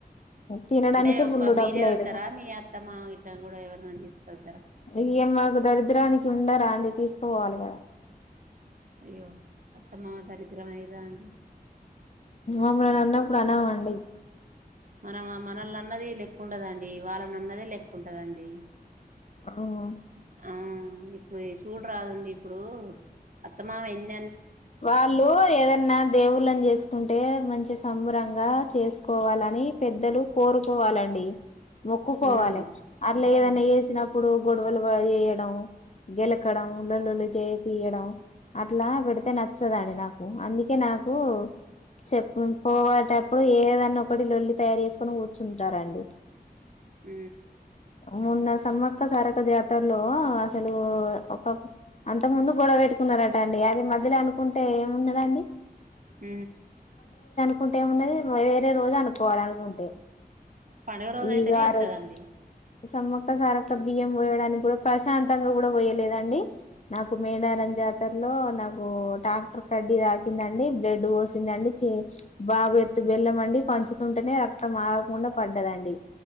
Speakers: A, on the left; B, on the right.
A: తినడానికే
B: అంటే ఒక్క
A: ఫుల్
B: మీరే
A: డబ్బులు
B: వెళ్తారా
A: అయితగా
B: మీ అత్తమ్మ ఇట్లా కూడా ఎవరినన్న తీసుకెళ్తారా
A: ఇది మాకు దరిద్రానికి ఉండరా అండి తీసుకుపోవాలి కదా
B: అయ్యో అత్తమామ దారిద్రం అయిండ్రా అండి
A: ఆమె నన్ను అన్నప్పుడు అనమండి
B: మనం మనల్ని అన్నది లెక్క ఉండదండి వాళ్ళని అన్నదే లెక్క ఉంటదండి
A: అవున
B: ఆ ఇప్పుడు సూడ రాదండి ఇప్పుడు అత్తమామ ఎన్ని
A: వాళ్ళు ఏదన్నా దేవు లం చేసుకుంటే మంచి సంభ్రంగా చేసుకోవాలని పెద్దలు కోరుకోవాలండి మొక్కుకోవాలి
B: ఉమ్
A: అట్లా
B: అవును
A: ఏదైన్నా వసినప్పుడు గొడవలు వయడం గెలకడం లల్లులు చేయి పయడం అట్లా పెడు అయితే నచ్చదండి నాకు అందుకే నాకు చెప్ప పోవటప్పుడు ఏదన్నా ఒకటి లొల్లి తయారు చేసుకొని కూర్చుంటారంండి
B: అ
A: మూన్న సమ్మక్క సారక జాతలో అసలు ఒక అంత ముందు గొడవ పెట్టుకున్నారట అండి అది మధ్య అనుకుంటే ఏముందిదాండి
B: హ
A: అనుకుంటే ఉన్నది వేరే రోజు అనుకోవాల అనుకుంటే
B: పండుగ రోజు అయితేనే
A: ఈగ
B: వెళ్తదండి
A: ఆ రజు సమ్మ క్కసారక్క బియ్యం పోయడానికి కూడా ప్రశాంతంగా కూడా పోయలేదండి నాకు మేడారం జాతరలో నాకు ఓ డాక్టర్ కడ్డి దాకిందండి బ్లెడ్ పోసిందండి బాబు ఎత్తు బెల్లంమండి పంచుతుంటేనే రక్తం ఆకుండా పడ్డదండి